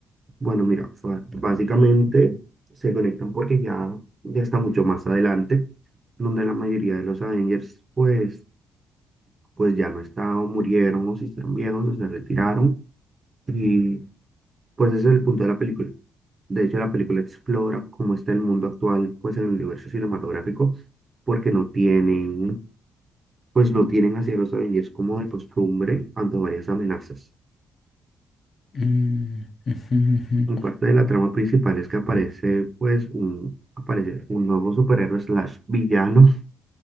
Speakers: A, on the right (about 30°); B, on the left (about 40°).
A: Bueno, mira, o sea, básicamente se conectan porque ya, ya está mucho más adelante, donde la mayoría de los Avengers, pues, pues ya no están, o murieron, o se hicieron viejos, o se retiraron. Y pues ese es el punto de la película. De hecho, la película explora cómo está el mundo actual, pues en el universo cinematográfico, porque no tienen, pues no tienen hacia los Avengers como de costumbre ante varias amenazas.
B: Mm, ujú, ujú,
A: Por parte de la trama principal es que aparece pues un, aparece un nuevo superhéroe slash villano